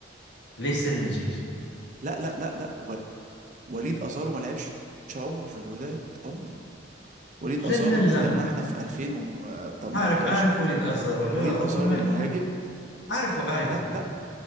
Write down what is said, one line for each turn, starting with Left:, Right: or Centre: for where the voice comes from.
Left: ليس الجيش
Right: لا لا لا لا و... وليد ازارو ما لعبش عمره في الوداد عمره وليد
Left: لا
Right: ازارو
Left: لا لا
Right: اللي جالنا احنا في 2018
Left: أعرف أعرف ولد أزهر لا
Right: وليد
Left: ربما
Right: ازارو المهاجم
Left: ربما أعرفه أعرفه
Right: لا لا